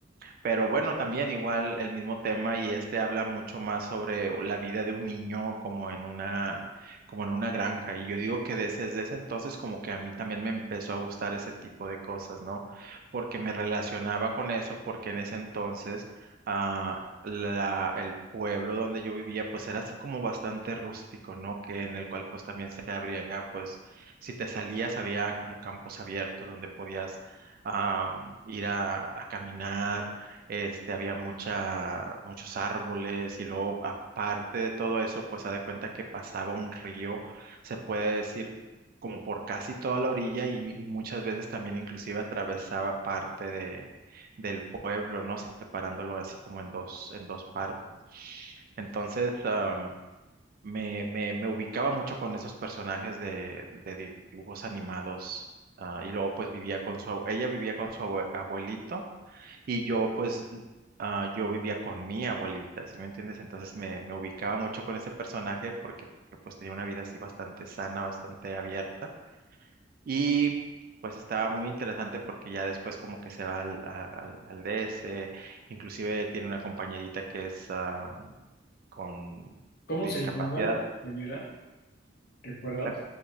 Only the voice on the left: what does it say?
¿Cómo
se llamaba la compañera? ¿Recuerdas?